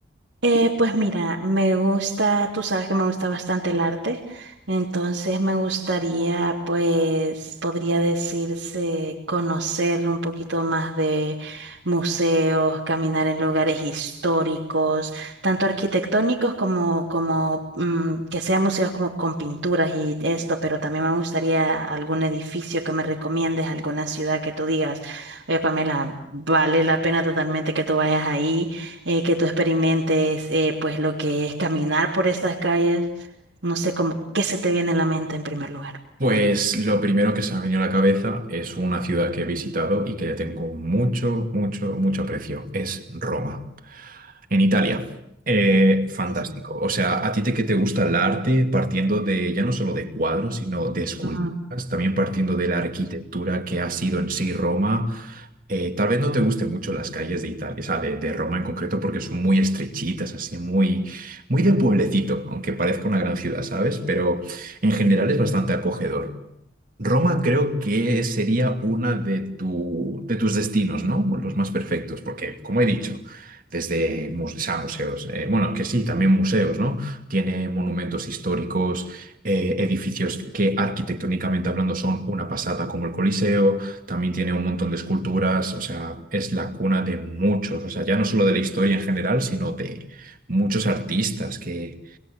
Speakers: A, on the right (about 75°); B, on the right (about 45°).
A: Eh, pues mira, me gusta, tú sabes que me gusta bastante el arte, entonces me gustaría, pues, podría decirse, conocer un poquito más de museos, caminar en lugares históricos, tanto arquitectónicos como, como mm, que sean museos como con pinturas y esto, pero también me gustaría algún edificio que me recomiendes, alguna ciudad que tú digas, oye, Pamela, vale la pena totalmente que tú vayas ahí eh, que tú experimentes eh, pues lo que es caminar por estas calles, no sé cómo, qué se te viene a la mente en primer lugar.
B: Pues lo primero que se me ha venido a la cabeza es una ciudad que he visitado y que le tengo mucho, mucho, mucho aprecio. Es Roma. En Italia. Eh, fantástico.
A: Sí, sí.
B: O sea, a ti te, que te gusta el arte, partiendo de ya no solo de cuadros, sino de esculturas,
A: Ujú.
B: también partiendo de la arquitectura que ha sido en sí Roma. eh, tal vez no te gusten mucho las calles de Italia, o sea, de, de Roma en concreto, porque son muy estrechitas, así muy, muy de pueblecito, aunque parezca una gran ciudad, ¿sabes? Pero en general es bastante acogedor. Roma creo que sería una de, tu- de tus destinos, ¿no? Los más perfectos, porque, como he dicho, desde muse- o sea, museos, eh, bueno, que sí, también museos, ¿no? Tiene monumentos históricos, eh, edificios que arquitectónicamente hablando son una pasada, como el Coliseo, también tiene un montón de esculturas, o sea, es la cuna de muchos, o sea, ya no solo de la historia en general, sino de muchos artistas que